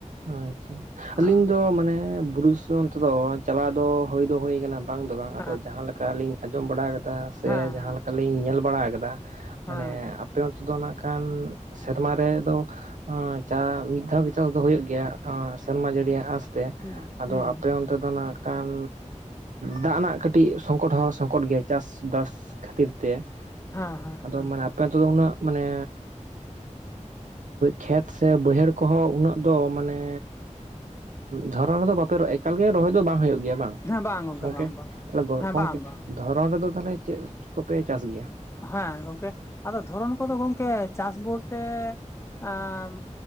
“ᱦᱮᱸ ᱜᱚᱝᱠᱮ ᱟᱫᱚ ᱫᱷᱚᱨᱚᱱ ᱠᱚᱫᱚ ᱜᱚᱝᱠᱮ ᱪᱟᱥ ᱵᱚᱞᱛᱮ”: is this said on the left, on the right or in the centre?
Left